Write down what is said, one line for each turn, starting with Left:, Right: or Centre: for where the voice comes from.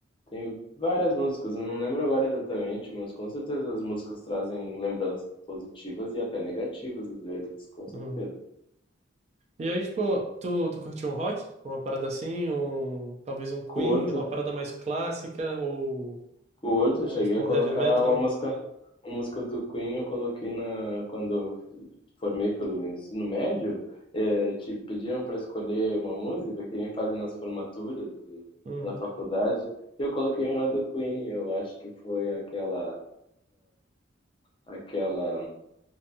Left: Tem várias músicas, eu não lembro agora exatamente, mas com certeza as músicas trazem lembranças positivas e até negativas às vezes, com certeza.
Right: Uhum. E aí, tipo, tu, tu curtiu um rock? Uma parada assim? Um, talvez um Queen?
Left: Curto,
Right: Uma parada mais clássica? Ou,
Left: curto,
Right: um
Left: cheguei
Right: tipo,
Left: a colocar
Right: um heavy metal?
Left: uma música, uma música do Queen eu coloquei na quando eu formei pelo ensino médio, eh, te pediram para escolher uma música que nem fazem nas formaturas do-
Right: Uhum.
Left: da faculdade, e eu coloquei uma do Queen, eu acho que foi aquela aquela